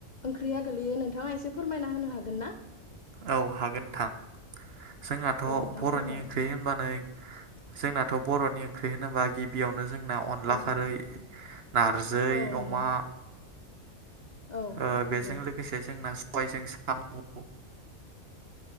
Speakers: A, on the left; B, on the right.
A: ओंख्रिया गोलैयो नोंथाङा एसे फोरमायना होनो हागोन ना?
B: औ हागोन नोंथां। जोंनाथ'
A: औ नोंथां
B: बर'नि
A: फोरमाय
B: ओंख्रि होननानै जोंनाथ' बर'नि ओंख्रि होनोबा गिबियावनो जों ना अनला
A: औ
B: खारै नारजै,
A: औ नंगौ
B: अमा
A: औ
B: ओ बेजों
A: नंगौ
B: लोगोसे जोंना गुबै जों सामु